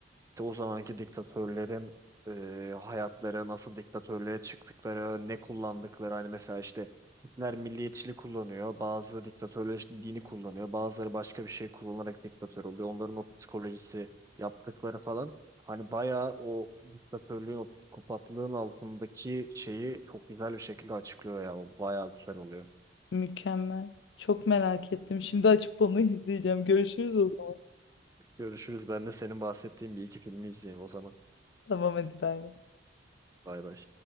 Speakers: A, on the right; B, on the left.
A: İşte o zamanki diktatörlerin e, hayatları nasıl diktatörlüğe çıktıkları, ne kullandıkları hani mesela işte Hitler milliyetçilik kullanıyor, bazı diktatörler işte dini kullanıyor, bazıları başka bir şey kullanarak diktatör oluyor. Onların o psikolojisi, yaptıkları falan hani bayağı o diktatörlüğün, o psikopatlığın altındaki şeyi çok güzel bir şekilde açıklıyor ya. O bayağı güzel oluyor.
B: Mükemmel. Çok merak ettim. Şimdi açıp onu <laughs> izleyeceğim. Görüşürüz o zaman.
A: Görüşürüz. Ben de senin bahsettiğin bir iki filmi izleyeyim o zaman.
B: Tamam hadi bay bay.
A: Bay bay.